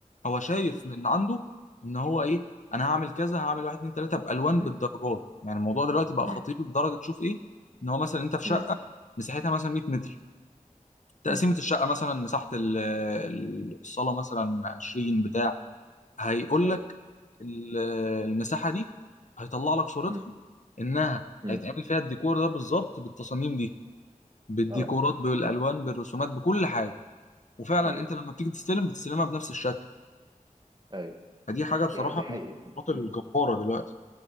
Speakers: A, on the left; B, on the right.
A: هو شايف
B: مم.
A: من عنده ان هو ايه انا هعمل كذا هعمل واحد اتنين تلاته بالوان
B: مم.
A: بالدرجات يعني الموضوع دلوقتي بقى
B: مم.
A: خطير لدرجه تشوف ايه ان هو مثلا انت في شقه
B: مم.
A: مساحتها مثلا 100 متر تقسيمه
B: مم.
A: الشقه مثلا مساحه ال- ال- الصاله مثلا 20 بتاع هيقول
B: ايوه
A: لك ال- المساحه دي هيطلع لك صورتها
B: مم.
A: انها
B: مم.
A: هيتعمل فيها الديكور ده بالظبط بالتصاميم دي بالديكورات
B: اه
A: بالالوان بالرسومات بكل حاجه وفعلا
B: ايوه
A: انت لما بتيجي تستلم بتستلمها بنفس الشكل
B: ايوه
A: فدي حاجه بصراحه
B: دي دي حقيقة
A: من الخطوات
B: فعلا.
A: الجباره دلوقتي